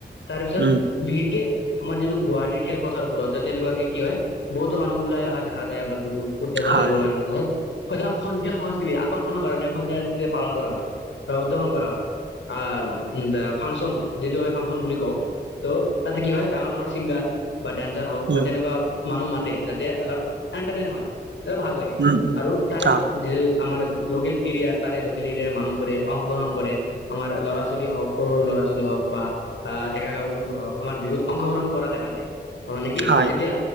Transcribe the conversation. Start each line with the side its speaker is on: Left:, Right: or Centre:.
Left: তাৰপিছত
Right: উম
Left: বিহু কে আমাৰ যিটো গুৱাহাটীৰ খেলপথাৰবোৰতে, তেনেকুৱাকে কি হয় বহুত মানুহ ওলাই অহা দেখা যায় আমাৰ বিহুত। ফূৰ্তি এটা
Right: হয়
Left: কৰিব কাৰণে ত সদায় সন্ধিয়া সংস্কৃতি আকৰণ কাৰণে সন্ধিয়া পালন কৰা হয় বা উদযাপন কৰা হয় আহ ফাংচন যিটো আমি ফাংচন বুলি কওঁ ত তাতে কি হয় ডাঙৰ ডাঙৰ ছিংগাৰ বা দন্সাৰ হওক বা
Right: উম
Left: তেনেকুৱা মানুহ মাতে যাতে অলপ এটাৰন হয় এটা ভাল লাগে
Right: উম উম
Left: আৰু তাৰে
Right: অ
Left: য আমাৰ লোকেল এৰিয়াৰ তাৰে লোকেল এৰিয়াৰ মানুহবোৰে অংশগ্ৰহণ কৰে, আমাৰ ল'ৰা ছোৱালী হওক সৰু সৰু ল'ৰা ছোৱালী হওক বা ডেকা গাভৰুবোৰ হওক আমাৰ বিহুত অংশগ্ৰহণ কৰা দেখা যায়। মানে কি?
Right: হয়
Left: তেতিয়া